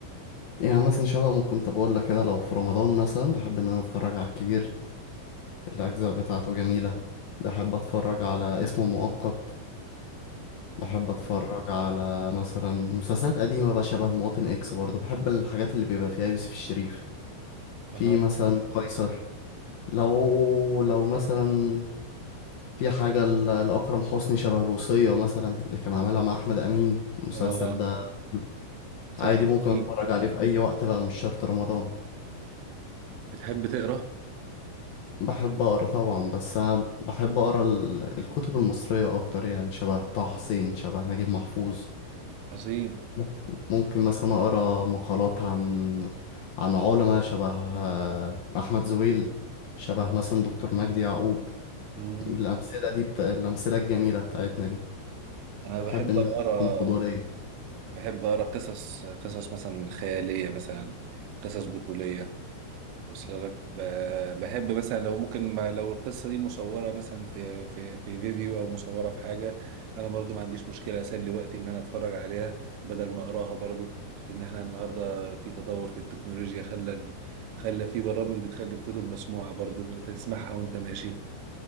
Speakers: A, on the left; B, on the right.
A: يعني مثلا شبه ما كنت بقول لك كده لو في رمضان مثلا بحب ان انا اتفرج على الكبير الاجزاء بتاعته جميله بحب اتفرج على اسمه مؤقت بحب اتفرج على مثلا مسلسلات قديمة بقى شبه المواطن اكس برضه بحب الحاجات اللي بيبقى فيها يوسف الشريف في
B: أها
A: مثلا القيصر لو لو مثلا في حاجة ل- لأكرم حسني شبه الوصية مثلا اللي كان عاملها مع أحمد أمين المسلسل
B: آه
A: ده عادي
B: مسلسل
A: ممكن اتفرج
B: إيه؟
A: عليه في أي وقت بقى مش شرط رمضان
B: بتحب تقرأ؟
A: بحب أقرأ طبعا بس أنا بحب أقرأ ال- الكتب المصرية أكتر يعني شبه طه حسين شبه نجيب محفوظ
B: عظيم
A: ممكن ممكن مثلا اقرا مقالات عن عن علماء شبه آه، احمد زويل شبه مثلا دكتور مجدي يعقوب
B: مم.
A: الامثله دي بتا... الامثله الجميله بتاعتنا دي
B: أنا
A: بحب
B: بحب
A: ان
B: أقرأ
A: أنا اخدهم قدوه ليا
B: بحب أقرأ قصص قصص مثلا خيالية مثلا قصص بطولية وصل لك ب- بحب مثلا لو ممكن ما لو القصة دي مصورة مثلا في في في فيديو أو مصورة في حاجة أنا برضو ما عنديش مشكلة أسلي وقتي إن أنا أتفرج عليها بدل ما أقراها برضو لأن إحنا النهاردة في تطور في التكنولوجيا خلى ال- خلى في برامج بتخلي الكتب مسموعة برضو أنت تسمعها وأنت ماشي